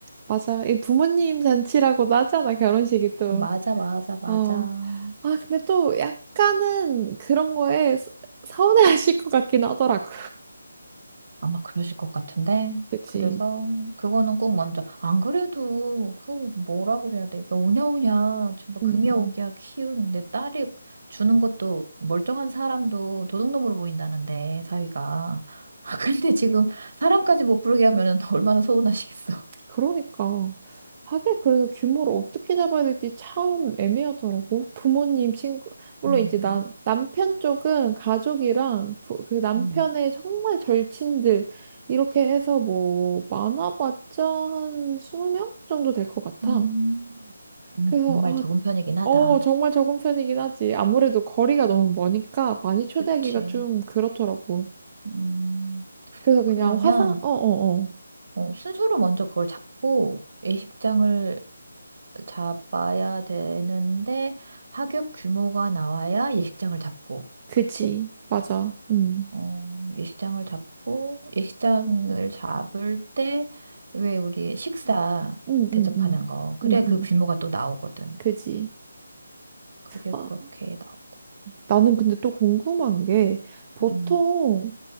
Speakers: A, on the right (about 20°); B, on the right (about 50°).
A: 맞아. 이 부모님 잔치라고도 하잖아, 결혼식이 또.
B: 맞아 맞아 맞아.
A: 어. 아, 근데 또 약간은 그런 거에 서- 서운해하실 것 같긴 하더라고.
B: 아마 그러실 것 같은데.
A: 그치.
B: 그래서 그거는 꼭 먼저 안 그래도 그 뭐라 그래야 돼. 그러니까 오냐오냐 전부 금여오기야
A: 응,
B: 키운 내 딸이 주는 것도 멀쩡한 사람도 도둑놈으로 보인다는데 사위가. <laughs> 근데 지금 사람까지 못 부르게 하면은 <laughs> 얼마나 서운하시겠어.
A: 그러니까 하게 그래서 규모를 어떻게 잡아야 될지 참 애매하더라고. 부모님, 친구, 물론
B: 음,
A: 이제 남 남편 쪽은 가족이랑 부, 그 남편의
B: 음,
A: 정말 절친들 이렇게 해서 뭐 많아봤자 한 20명 정도 될 것 같아.
B: 음, 음,
A: 그래서
B: 정말
A: 아,
B: 적은 편이긴 하다.
A: 어, 정말 적은 편이긴 하지. 아무래도 거리가 너무 머니까 많이 초대하기가
B: 그치.
A: 좀 그렇더라고.
B: 음,
A: 그래서 그냥
B: 그러면,
A: 화상, 어, 어, 어.
B: 어, 순서로 먼저 그걸 잡고, 예식장을 잡아야 되는데 하객 규모가 나와야 예식장을 잡고
A: 그지.
B: 그치?
A: 맞아. 음.
B: 어, 예식장을 잡고 예식장을 잡을 때 왜 우리 식사
A: 음,
B: 대접하는
A: 음, 음.
B: 거 그래야
A: 음,
B: 그
A: 음.
B: 규모가 또 나오거든.
A: 그지?
B: 그게
A: 아,
B: 그렇게 나오고.
A: 나는 근데 또 궁금한 게 보통
B: 음,